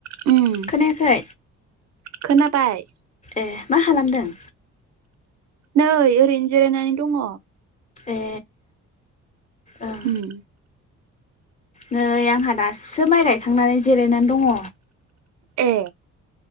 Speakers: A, on the right; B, on the left.
A: <unintelligible>
B: खोनायाखै
A: खोनाबाय
B: ए मा खालामदों
A: नै ओरैनो जिरायनानै दंङ
B: ए ओं
A: उम
B: नै आंहा दासो माइ गायखांनानै जिरायनानै दंङ
A: ए